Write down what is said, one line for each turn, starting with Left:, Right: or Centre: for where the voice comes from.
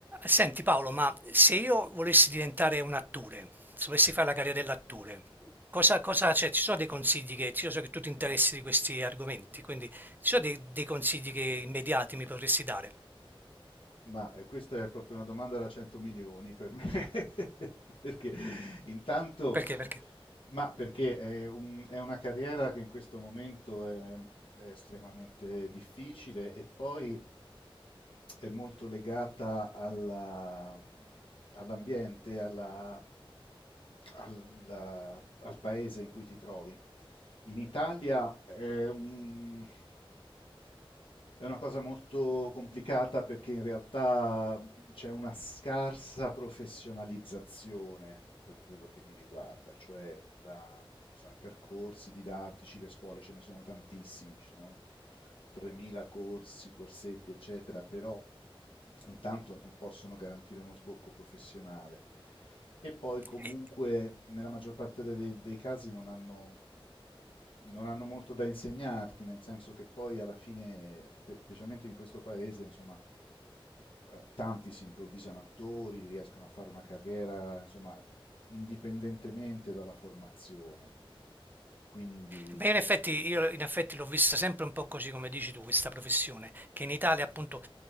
Right: Senti Paolo, ma se io volessi diventare un attore, se volessi fare la carriera dell'attore, cosa, cosa, cioè, ci sono dei consigli che, io so che tu ti interessi di questi argomenti, quindi ci sono dei, dei consigli che immediati mi potresti dare?
Left: Ma eh, questa è proprio una domanda da 100 milioni per me, <laughs> perché intanto,
Right: Perché? Perché?
Left: ma perché è, un- è una carriera che in questo momento è, è estremamente difficile e poi è molto legata alla- all'ambiente, alla- alla- al paese in cui ti trovi. In Italia è un- è una cosa molto complicata perché in realtà c'è una scarsa professionalizzazione per quello che mi riguarda, cioè la- insomma, i percorsi didattici, le scuole ce ne sono tantissimi, ci sono 3.000 corsi, corsetti, eccetera, però intanto non possono garantire uno sbocco professionale. E poi comunque
Right: Eh,
Left: nella maggior parte dei, dei casi non hanno non hanno molto da insegnarti, nel senso che poi alla fine, specialmente in questo paese, insomma, eh, tanti si improvvisano attori, riescono a fare una carriera, insomma, indipendentemente dalla formazione. Quindi
Right: Beh, in effetti, io in effetti l'ho vista sempre un po' così come dici tu, questa professione, che in Italia appunto